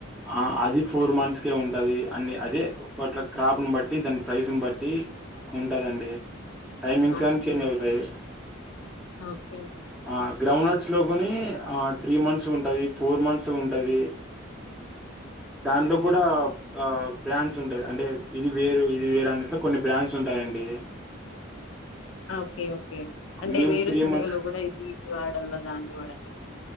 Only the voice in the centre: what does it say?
ఆ అది ఫోర్ మంత్స్కే ఉంటుంది అన్ని అదే ఒకట్ల క్రాప్ని బట్టి దాని ప్రైస్ని బట్టి ఉంటదండి టైమింగ్స్
అన్న చేంజ్ అవుతాయి
ఆ గ్రౌండ్ నట్స్ లో కొని ఆ త్రీ మంత్స్ ఉ ఉంటది ఫోర్ మంత్స్ ఉంటది దానిలో
కూడా ఆ బ్రాండ్స్ ఉంటాయి అంటే ఇది వేరు ఇది వేర అన్నట్లో కొన్ని బ్రాండ్స్ ఉంటాయంండి
మేము
త్రీ
మంత్స్